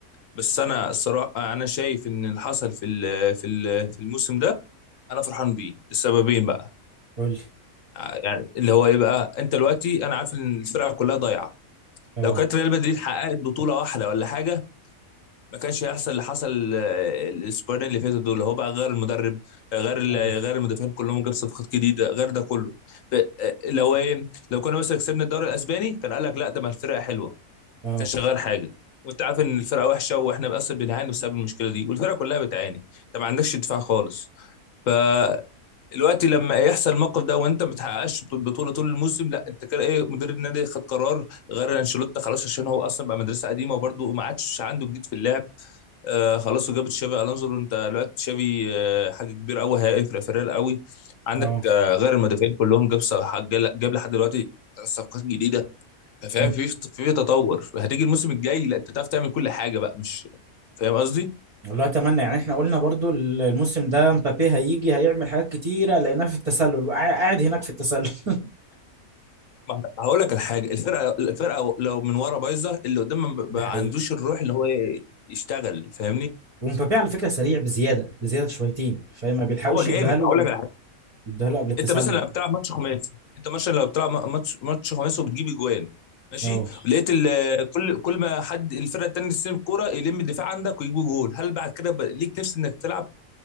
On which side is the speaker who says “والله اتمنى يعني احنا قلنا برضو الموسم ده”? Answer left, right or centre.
Right